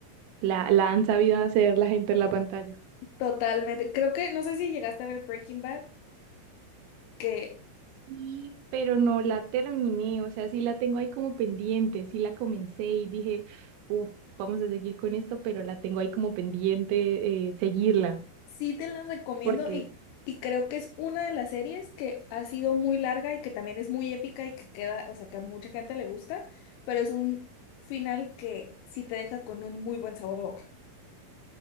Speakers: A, on the right (about 85°); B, on the left (about 80°).
A: la, la han sabido hacer la gente en la pantalla.
B: Totalmente. Creo que, no sé si llegaste a ver Breaking Bad, que
A: Y, pero no la terminé, o sea, sí la tengo ahí como pendiente, sí la comencé y dije, uff, vamos a seguir con esto, pero la tengo ahí como pendiente eh, seguirla,
B: sí te la recomiendo
A: porque
B: y, y creo que es una de las series que ha sido muy larga y que también es muy épica y que queda, o sea, que a mucha gente le gusta, pero es un final que sí te deja con un muy buen sabor de boca.